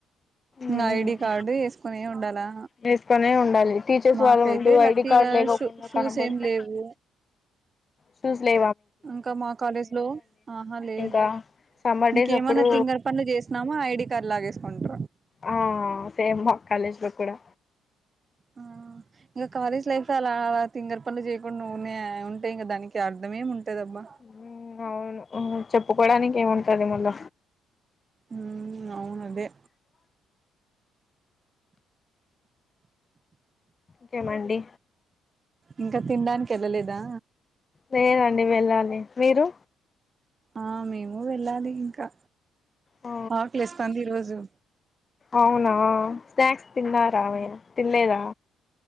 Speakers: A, on the right (about 40°); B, on the left (about 35°).
A: ఇ
B: మ్మ్
A: ఐడి కార్డు వేసుకుొని ఉండాలా
B: వేసుకొనే ఉండాలి టీచర్స్
A: మాకైతే
B: వాళ్ళ ముందు
A: లక్కీగా
B: ఐడి కార్డ్ లేకుండా
A: షూ షూస్
B: కనపడితే
A: ఏం లేవు
B: షూస్ లే
A: ఇంకా మా కాలేజ్ లో ఆహా లేదు
B: ఇంకా సమ్మర్
A: ఇంకేమన్నా
B: డేస్ అప్పుడు
A: తింగర్ పనులు చేసినామా ఐడి కార్డు లాగేసు ఉంట
B: ఆ సేమ్ మా కాలేజ్ బ కూడాడా
A: ఆ ఇంకా కాలేజ్ లైఫ్ లో అలా అ తింగర పండ్లు చేయకుండా న ఉంటాయి ఇంకా దానికి అర్ధమేమి ఉంటా పెట్టదమ్మా
B: మ్ అవును చెప్పుకోవడానికి ఏముంటంది మళ
A: ఉ అవును అదే
B: కేమండి
A: ఇంకా తినడానికి వెళ్ళలేదా
B: లేేదండి వెళ్ళాలి మీరు
A: ఆ మేము వెళ్ళాలి ఇంకా
B: ఆ
A: అక్లేస్తంది ఈ రోజు
B: అవునా స్నాక్స్ తిన్నారా తినలేదా